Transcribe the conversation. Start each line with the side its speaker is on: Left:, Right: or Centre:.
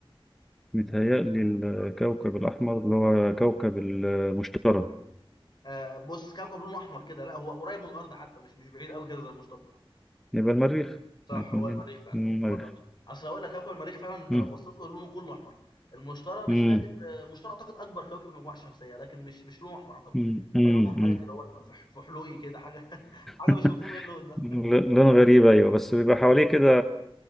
Centre: متهيألي الكوكب الأحمر اللي هو كوكب المشتري
Left: آه بص كوكب لونه احمر كده لا هو قريب من الارض حتى مش مش بعيد قوي كده زي المشتري
Centre: يبقى المريخ
Left: صح
Centre: هيكون
Left: هو المريخ
Centre: هنا
Left: فعلا
Centre: مم، المريخ
Left: هو المريخ اصل هقول لك كوكب المريخ فعلا انت
Centre: مم.
Left: لو بصيت له لونه كله احمر المشتري
Centre: مم.
Left: مش فاكر آه، المشتري اعتقد اكبر كوكب المجموعه الشمسيه لكن مش مش لونه احمر اعتقد
Centre: مم. مم.
Left: تلاقي لونه حاجه
Centre: مم.
Left: كده هو في فحلوقي كده حاجه <laughs> حاجه
Centre: <laughs>
Left: مش مفهوم ايه اللون ده
Centre: ل- لون غريب أيوة بس بيبقى حواليه كده